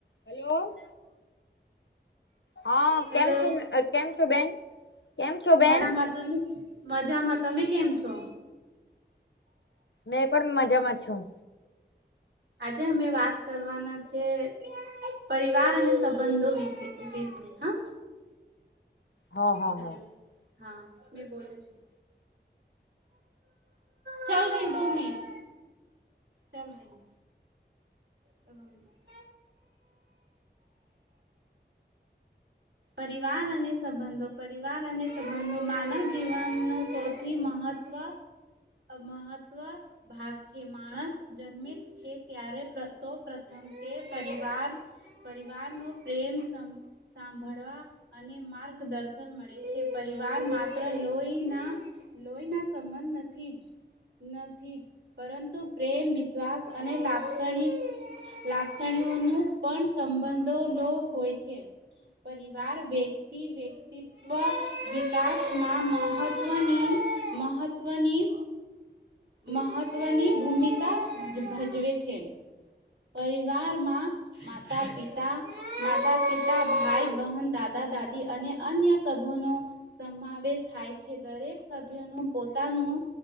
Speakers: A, on the left; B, on the right.
A: Hello હા
B: hello
A: કેમ છો કેમ છો બેન? કેમ છો બેન
B: મજામાં તમે મજામાં તમે કેમ છો?
A: મેં પણ મજામાં છું.
B: આજે અમે વાત કરવાના છે પરિવાર અને સંબંધો વિશે હા
A: હા હા
B: હેલો
A: હા.
B: હા મેં બોલું છું. ચલ રહી દો મનટ ચલ રહી <unintelligible> હ <inaudible> પરિવાર અને સંબંધો પરિવાર અને સંબંધો માનવ જીવનનું સૌથી મહત્વ મહત્વ ભાગ છે માણસ જરૂરી છે ત્યારે સૌ પ્રથમ તે પરિવાર પરિવાર નો પ્રેમ સાંભળ ભણવા અને માર્ગદર્શન મળે છે પરિવાર માત્ર લોહી ના લોહી ના સંબંધ નથી જ. નથી જ પરંતુ પ્રેમ વિશ્વાસ અને લાક્ષણિક લાક્ષણીઓ ન પણ સંબંધો લો હોય છે. પરિવાર વ્યક્તિ વ્યક્તિ વ વિકાસમાં મહત્ત્વની મહત્ત્વની મહત્વની ભૂમિકા ભજવે છે પરિવારમાં માતા પિતા માતા પિતા ભાઈ બહેન દાદા દાદી અને અન્ય સભ નો સમાવેશ થાય છે દરેક સભ્ય નું પોતાનું